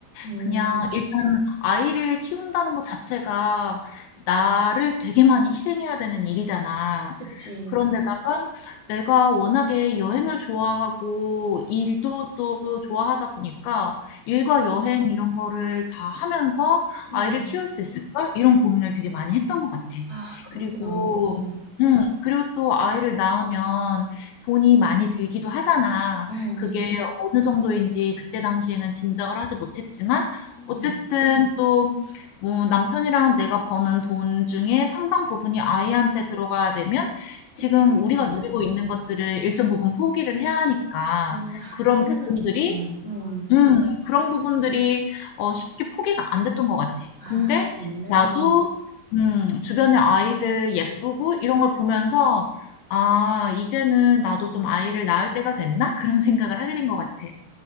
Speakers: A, on the left; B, on the left.
A: 음,
B: 그냥 일단 아이를 키운다는 것 자체가 나를 되게 많이 희생해야 되는 일이잖아.
A: 그치.
B: 그런데다가 내가 워낙에 여행을 좋아하고 일도 또 좋아하다 보니까 일과 여행 이런 거를 다 하면서
A: 음,
B: 아이를 키울 수 있을까? 이런 고민을 되게 많이 했던 것 같아.
A: 아, 그렇구나.
B: 그리고,
A: 음,
B: 음, 그리고 또 아이를 낳으면 돈이 많이 들기도 하잖아.
A: 음,
B: 그게 어느 정도인지 그때 당시에는 짐작을 하지 못했지만
A: 음,
B: 어쨌든 또 뭐 남편이랑 내가 버는 돈 중에 상당 부분이 아이한테 들어가야 되면 지금
A: 그치.
B: 우리가 누리고 있는 것들을 일정 부분 포기를 해야 하니까
A: 음, 아,
B: 그런
A: 그런 생각이
B: 부분들이
A: 있었구나. 음,
B: 음. 그런 부분들이 어 쉽게 포기가 안 됐던 것 같아.
A: 아,
B: 근데
A: 그 전에는,
B: 나도 음 주변의 아이들 예쁘고 이런 걸 보면서 '아 이제는 나도 좀 아이를 낳을 때가 됐나?' <laughs> 그런 생각을 하게 된 것 같아.